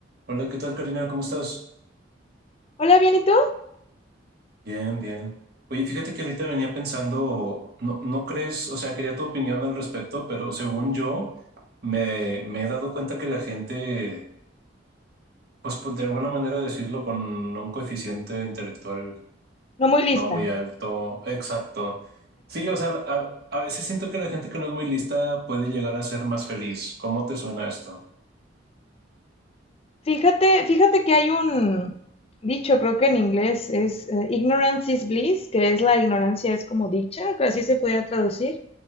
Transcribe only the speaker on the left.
Hola, bien, ¿y tú?
No muy lista.
Fíjate, fíjate que hay un dicho, creo que en inglés es eh, ignorance is bliss, que es la ignorancia es como dicha, que así se podría traducir.